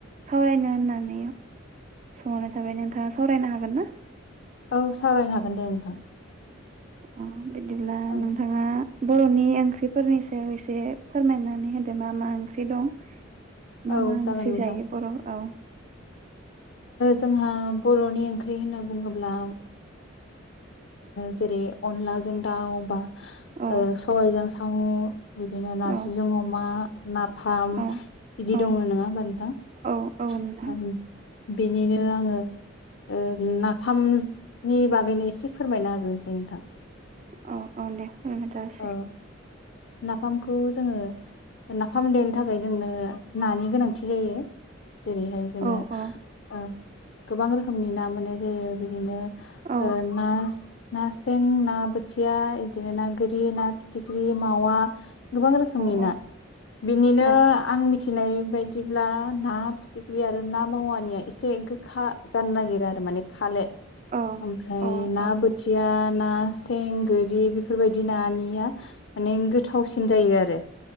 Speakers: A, on the right; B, on the left.
A: सावरायनो होननानै सोंहरनाय थाबाय नोंथाङा सावरायनो हागोन ना?
B: औ सावरायनो हागोन दे नोंथां
A: अह बिदिब्ला
B: औ
A: नोंथाङा बर'नि ओंख्रिफोरनि सायाव एसे फोरमायनानै होदो मा मा ओंख्रि दं मा
B: औ
A: मा
B: जागोन
A: ओंख्रि
B: नोंथां
A: जायो बर' औ
B: जोंहा बर'नि ओंख्रि होनना बुङोब्ला जेरै अनलाजों दाउ बा
A: औ
B: ओ सबाइजों साम' बिदिनो नारजिजों
A: औ
B: अमा नाफाम
A: औ
B: बिदि
A: औ
B: दङ नङा होमबा नोंथां
A: औ औ नोंथां
B: <unintelligible> बेनिनो आङो ओ नाफामनि बागैनो एसे फोरमायना होग्रोसै नोंथां
A: अह अह दे फोरमायना होसै
B: औ नाफामखौ जोङो नाफाम देनो थाखाय जोंनो नानि गोनांथि जायो जेरैहाय जोङो
A: औ औ
B: ओ गोबां रोखोमनि ना मोनो जेरै बिदिनो
A: औ
B: ओ ना ना सें ना बोथिया बिदिनो ना गोद फिख्रि ना फिथिख्रि मावा गोबां रोखोमनि
A: औ
B: ना बिनिनो
A: औ
B: आं मिथि मिथिनाय बायदिब्ला ना फिथिख्रि आरो ना मावानिया एसे गोखा जानो नागिरो आरो माने खाले
A: औ
B: ओमफ्राय
A: औ
B: ना
A: औ
B: बोथिया ना सें गोरि बेफोरबायदि बिदि नानिया माने गोथावसिन जायो आरो